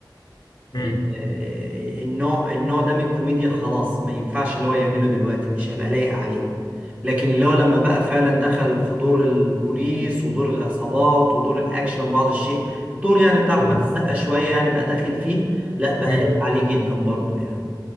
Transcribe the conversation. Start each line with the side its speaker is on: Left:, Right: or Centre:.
Left: مم،
Right: ال- آه، النوع النوع ده من الكوميديا خلاص ما ينفعش اللي هو يعمله دلوقتي مش هيبقى لايق عليه لكن اللي هو لما بقى فعلا دخل في دور البوليس ودور العصابات ودور الاكشن بعض الشيء دور يعني بتاع احمد
Left: مم،
Right: السقا شوية يعني بقى داخل فيه لا بقى
Left: مم.
Right: لايق عليه جدا برضو يعني